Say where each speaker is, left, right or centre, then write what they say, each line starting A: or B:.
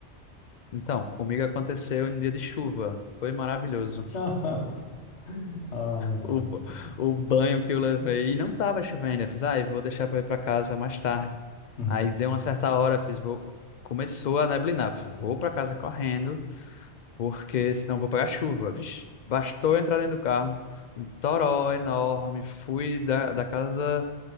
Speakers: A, on the left (about 50°); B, on the left (about 90°).
A: Então, comigo aconteceu em dia de chuva. Foi maravilhoso. <laughs>
B: <laughs> Ai,
A: O,
B: ai.
A: ba- o banho que eu levei. E não tava chovendo. Eu fiz, ah, eu vou deixar pra ir pra casa mais tarde.
B: Uhum.
A: Aí deu uma certa hora, eu fiz, vou. Começou a neblinar. Eu Fiz, vou pra casa correndo. porque senão eu vou pegar chuva. Vixe, bastou eu entrar dentro do carro, um toró enorme. Fui da, da casa